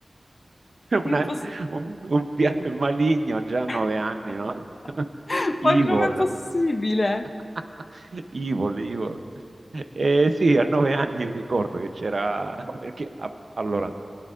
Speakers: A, on the right (about 65°); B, on the left (about 50°).
A: <laughs>
B: <laughs>
A: Una-
B: Imposs-
A: un, un piano maligno già a nove
B: <laughs>
A: anni, no? <laughs> Evil.
B: Ma com'è possibile?
A: <laughs> Evil, evil. Eh, sì, a nove anni ricordo che c'era, perché a- allora